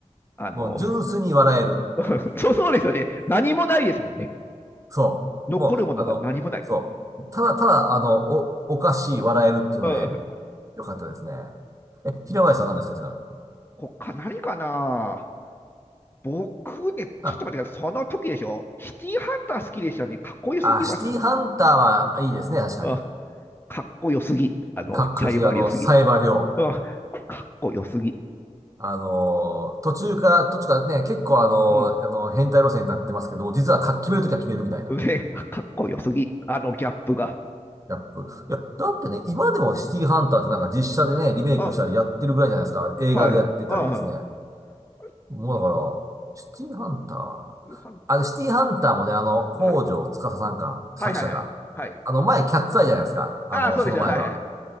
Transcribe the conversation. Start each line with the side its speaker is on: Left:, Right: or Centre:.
Left: あの、
Right: もう純粋に笑える。
Left: <laughs> そうそうですよね。何もないですもんね。
Right: そう。
Left: 残るものが何もない。
Right: もう、あの、そう。ただ、ただ、あの、お、おかしい笑えるっていうので、
Left: うん。
Right: よかったですね。え、平林さんなんですか、ちなみに。
Left: 他何かな僕ね、
Right: あ、
Left: ちょっと待ってください。その時でしょシティーハンター好きでしたね。かっこよすぎますわ。
Right: あ、シティハンターはいいですね、確かに。
Left: うん。かっこよすぎ。あの、
Right: かっこよすぎ、
Left: サイバー良すぎ。
Right: あの、サイバー量。
Left: うん。かっこよすぎ。
Right: あの、途中から、途中からね、結構あの、
Left: うん。
Right: あの、変態路線になってますけど、実はか決めるときは決めるみたいな。
Left: 上、かっこよすぎ、あのギャップが。
Right: ギャップ。いや、だってね、今でもシティハンターってなんか実写でね、リメイクしたりやってるぐらいじゃないですか。
Left: あ、
Right: 映画でやってたりですね。
Left: はい、はい、はい。
Right: もうだから、
Left: うん、シ
Right: シティハンター。
Left: ティハンター。
Right: あれ、シティハンターもね、あの、北条司さんか、
Left: はい。
Right: 作者が。
Left: はいはいはい。はい。
Right: あの、前、キャッツアイじゃないですか。あの、
Left: ああ、そうですよ。
Right: その前は。
Left: はいはいはい。